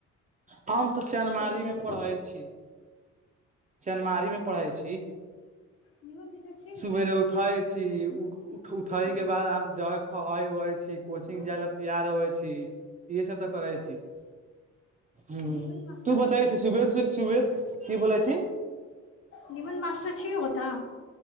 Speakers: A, on the right (about 25°); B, on the left (about 45°).
A: हम त चनमारी
B: छी
A: मे पढ़ै छी चनमारी
B: अच्छा
A: मे पढ़ै छी
B: निमन टीचर छी।
A: सुबेरे उठय छी उठय
B: हूँ
A: के बाद आ ज खै ओइ छी कोचिंग
B: हँ
A: जाय ल तैयार होइ छी इहे सब तऽ
B: अच्छा
A: करै
B: आ
A: छी ह
B: निमन मास्टर
A: तू बताय
B: हइ ओतऽ
A: छी सुभेरे श की बोलै छी
B: निमन मासटर छी ओटा